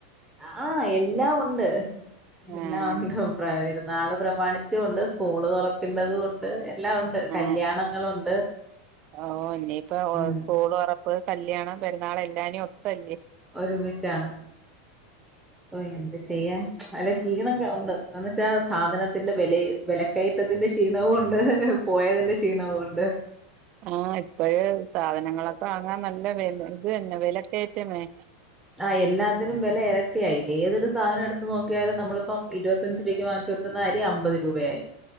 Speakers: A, in the centre; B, on the right.
A: ആ ആ എല്ലാംഉണ്ട്
B: ആഹ്
A: എല്ലാം ഉണ്ട് പ്രായ ന്നാള് പ്രമാണിച്ചൂണ്ട് സ്കൂള്തൊറക്കേണ്ടത്ണ്ട് എല്ലാം ഉണ്ട് കല്യാണങ്ങളുണ്ട്
B: ആഹ് ഓ ഇനിയിപ്പ
A: ഉം
B: സ്കൂള്തൊറപ്പ് കല്യാണം പെരുന്നാളെല്ലാനിയൊപ്പല്ലേ
A: ഒരുമിച്ചാണ് ഓ ന്തെ ചെയ്യാം നല്ല ക്ഷീണം ക ഉണ്ട് എന്ന് വെച്ചാ സാധനത്തിന്റെ വില വിലക്കയ ത്തിന്റെ ക്ഷീണവുണ്ട് പോയതിന്റെ ക്ഷീണവുണ്ട്.
B: ആഹ് ഇപ്പഴ് സാധനങ്ങളൊക്കെ വാങ്ങാൻ നല്ല വില ത് തന്നെ വിലക്കയറ്റെന്നെ
A: ആ എല്ലാത്തിനും വെല എരട്ടിയായില്ലെ ഏതൊരു സാധനെട്ത്ത് നോക്കിയാലും നമ്മളിപ്പം ഇരുപത്തി ഇരുപത്തഞ്ച് രൂപക്ക് വാങ്ങിചൊട്ത്ത്ന്ന് അരി അമ്പ ത് രൂപയായി